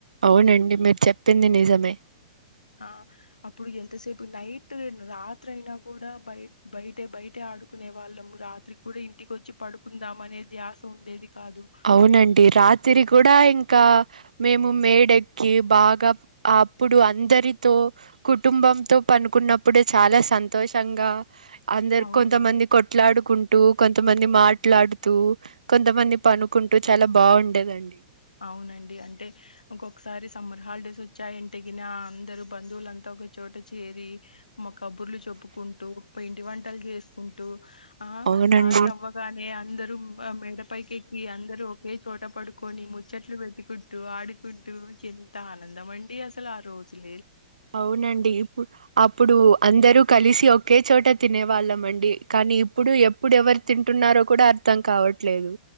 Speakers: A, on the right; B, on the left.
A: అవునండి మీరు చెప్పింది నిజమే
B: ఆ అప్పుడు ఎంతసేపు నైట్ రాత్రి అయినా కూడా బయ బయటే బయట ఆడుకునే వాళ్ళం రాత్రికి కూడా ఇంటికి వచ్చి పడుకుందాం అనే ధ్యాస ఉండేది కాదు.
A: అవునండి రాత్రి కూడా ఇంకా మేము మేడెక్కి బాగా అప్పుడు అందరితో కుటుంబంతో పండుకున్నప్పుడు చాలా సంతోషంగా అందరు
B: అవునండి.
A: కొంతమంది కొట్లాడుకుంటూ కొంతమంది మాట్లాడుతూ కొంతమంది పను కుంటూ చాలా బాగుండేదండి
B: అవునండి అంటే ఇంకొకసారి సమ్మర్ హాలిడేస్ వచ్చాయి ఎంటికిిన అందరు బంధువులంతా ఒక చోట చేరి మ కబుర్లు చెప్పుకుంటూ పిండి వంటలు చేసుకుంటూ ఆ
A: అవునండి.
B: రాత్రవ్వగానే అందరూ ఆ మేడ పైకెక్కి అందరు ఒకేచోట పడుకోని ముచ్ చెట్లు పెట్టుకుంటూ ఆడుకుంటూ ఎంత ఆనందమండి అసలు ఆ రోజులు
A: అవునండి ఇప్పుడ్ అప్పుడు అందరూ కలిసి ఒకే చోట తినేవ్ వాళ్ళమండి కానీ ఇప్పుడు ఎప్పుడు ఎవరు తింటున్నారో కూడా అర్థం కావట్లేదు